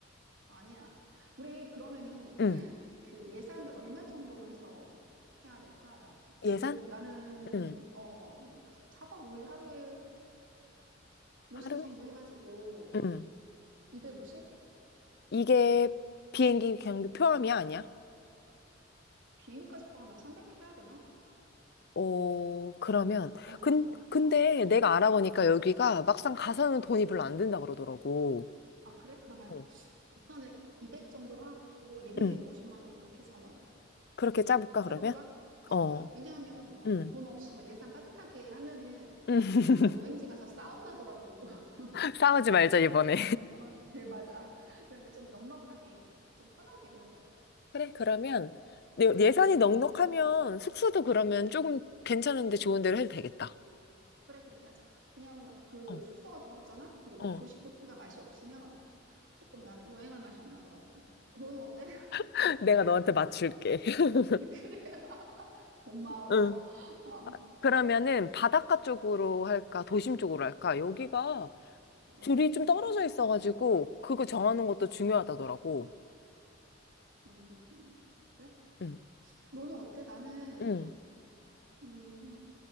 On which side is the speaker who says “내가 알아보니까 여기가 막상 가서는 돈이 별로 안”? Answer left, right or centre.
Left